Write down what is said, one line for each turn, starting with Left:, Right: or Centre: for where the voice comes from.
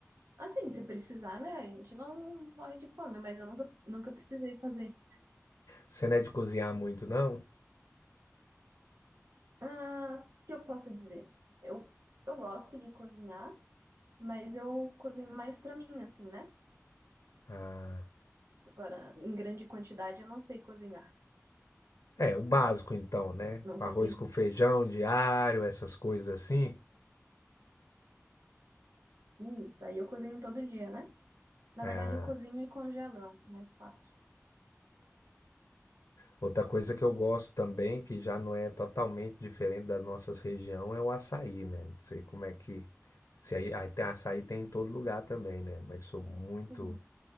Right: Assim, se precisar, né? A gente não morre de fome, mas eu nunca, nunca precisei fazer.
Left: Você não é de cozinhar muito, não?
Right: Ah, o que eu posso dizer? Eu, eu gosto de cozinhar, mas eu cozinho mais pra mim, assim, né?
Left: Ah,
Right: Agora, em grande quantidade, eu não sei cozinhar.
Left: é, o básico então, né?
Right: Nunca
Left: Arroz
Right: tem
Left: com feijão diário, essas coisas assim.
Right: isso. Aí eu cozinho todo dia, né? Na verdade,
Left: Ah,
Right: eu cozinho e congelo, eu acho mais fácil.
Left: Outra coisa que eu gosto também, que já não é totalmente diferente da nossa região, é o açaí, né? Não sei como é que. Se aí, aí tem açaí tem em todo lugar também, né? Mas sou muito,
Right: Hum.